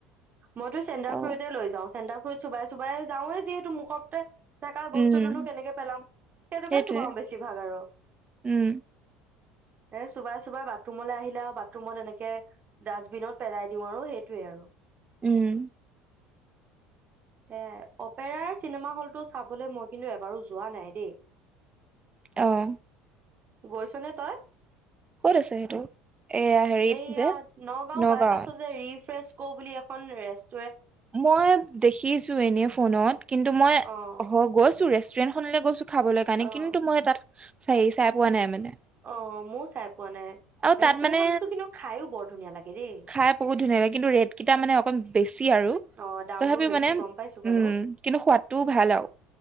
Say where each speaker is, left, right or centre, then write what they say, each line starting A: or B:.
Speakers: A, on the right (about 40°); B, on the right (about 25°).
A: মইতো চেণ্ডাৰ
B: অ
A: ফ্ৰুতে লৈ যাও। চেন্তাৰফ্ৰুত চুবাই চুবাই যাওৱে যিহেতু মুখত থেকা
B: উম
A: বস্তুটোনো কেনেকে পেলাম তেনেকুৱাই
B: সেইটোৱে
A: চুবাও বেছিভাগ আৰু
B: উম
A: এ চোবাই চোবাই বাথৰুমলৈ আহিলে আৰু বাথৰুমত এনেকে ডাষ্টবিনত পেলাই দিও। আৰু সেইটোয়ে আৰু-
B: উম।
A: সে অপেৰাৰ চিনেমা হল। টো চাবলে মই কিন্তু এবাৰো যোৱা নাই দেই।
B: আহ।
A: গৈছনে তই?
B: ক'ত আছে সেইটো এয়া হেৰিত
A: এইয়া,
B: যে
A: নগাঁও
B: নগাঁৱত
A: বাইপাছত যে ৰিফ্ৰেচ, ক' বুলি এখন ৰেষ্ট,
B: মই দেখিছো এনে ফোনত। কিন্তু মই, হে,
A: অ',
B: হ', গৈছো। ৰেষ্টুৰেণ্ট খনলে গৈছো। খাবলৈ কাৰণে,
A: অ',
B: কিন্তু মই তাত চাই, চায় পোৱা নাই মানে?
A: অ, ময়ো চাই পোৱা নাই,
B: আৰু
A: ৰেষ্টুৰেন্ট
B: তাত মানে
A: খনতো কিন্তু খাইয়ো বৰ ধুনীয়া লাগে দেই।
B: খাই বহুত ধুনীয়া লাগে কিন্তু ৰেট কেইটা মানে অকণ বেছি আৰু
A: অ, ' দাম
B: তথাপিও
A: বোৰ বেছি
B: মানে
A: গম পাইছো বাৰু
B: উম কিন্তু সোৱাদটোও ভাল আৰু